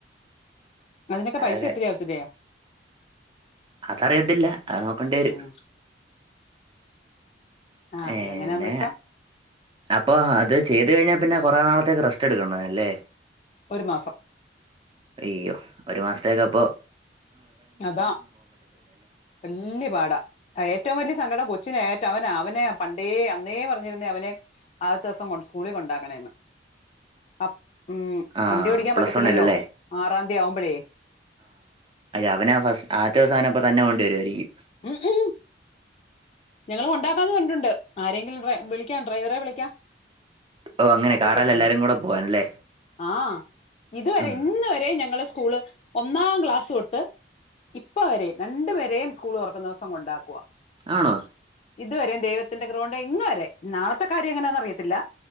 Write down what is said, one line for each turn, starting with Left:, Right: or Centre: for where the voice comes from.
Left: അതിനെക്കെ
Right: അതൊക്കെ
Left: പൈസ ഒത്തിരിയാവത്തില്ലിയോ?
Right: അതറിയത്തില്ല അത് നോക്കേണ്ടി വരും.
Left: ഉം ആ
Right: ഏന്നെ
Left: അതെങ്ങനെയാന്ന് വെച്ചാ
Right: അപ്പൊ അത് ചെയ്ത് കഴിഞ്ഞാ പിന്നെ കുറേ നാളത്തേക്ക് റെസ്റ്റ് എടുക്കണഅ ല്ലേ?
Left: ഒരു മാസം
Right: അയ്യോ? ഒരു മാസത്തേക്ക് അപ്പോ
Left: അതാ വല്യ പാടാ ഏറ്റോം വല്ല്യ സങ്കടം കൊച്ച് ച്ചിനേറ്റം അവന അവനേ പണ്ടേ അന്നേ പറഞ്ഞിരുന്നേ അവനെ ആദ്തോസം കൊണ്ട് സ്കൂളിൽ കൊണ്ടാക്കണേന്ന്. അപ്പ് ഉം
Right: ആ
Left: വണ്ടി ഓടിക്കാൻ
Right: പ്ലസ്
Left: പറ്റത്തില്ലല്ലോ.
Right: വണ്ണിലല്ലേ
Left: ആറാന്തി ആമ്പോഴേ?
Right: അവന ഫസ് ആത്യൊസം അവനെ അപ്പതന്നെ കൊണ്ടുവരുവാരിക്കും.
Left: ഉം ഉം ഞങ്ങള് കൊണ്ടാക്കാന്ന് പറഞ്ഞിട്ടുണ്ട്. ആരെങ്കിലും ഡ്രെ വിളിക്കാം ഡ്രൈവറെ വിളിക്കാം.
Right: ഓ അങ്ങനെ
Left: അപ്പക്ക്
Right: കാറേല്
Left: വണ്
Right: എല്ലാരും കൂടെ പോവാനല്ലേ
Left: ആഹ് ഇതുവരെ
Right: ഉം
Left: ഇന്ന് വരെ ഞങ്ങള് സ്കൂള് ഒന്നാം ക്ലാസ് തൊട്ട് ഇപ്പവരേം രണ്ടു പേരേം സ്കൂൾ തൊറക്ന്നൊസം കൊണ്ടാക്കുവ
Right: ആണോ?
Left: ഇതുവരെയും ദൈവത്തിന്റെ കൃപ കൊണ്ട് ഇന്ന് വരെ നാളത്തെ കാര്യം എങ്ങനെയാന്ന് അറിയത്തില്ല